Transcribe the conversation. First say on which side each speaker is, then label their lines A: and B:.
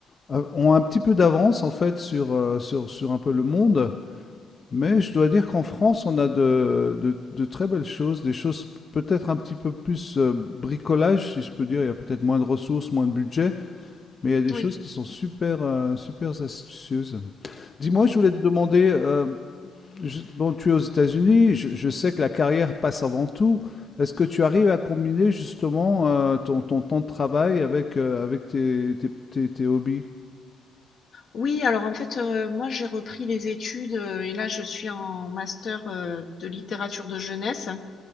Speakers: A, on the left (about 35°); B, on the left (about 55°).
A: a- ont un petit peu d'avance en fait sur, euh, sur, sur un peu le monde. Mais je dois dire qu'en France, on a de, de, de très belles choses, des choses peut-être un petit peu plus euh, bricolage, si je peux dire. Il y a peut-être moins de ressources, moins de budget, mais il y a des
B: oui.
A: choses qui sont super, euh, super astucieuses. Dis-moi, je voulais te demander, euh, je- bon, tu es aux États-Unis, je, je sais que la carrière passe avant tout. Est-ce que tu arrives à combiner justement euh, ton, ton temps de travail avec, euh, avec tes, tes- tes- tes hobbies?
B: Oui, alors en fait, heu, moi j'ai repris les études, heu et là je suis en master, heu, de littérature de jeunesse,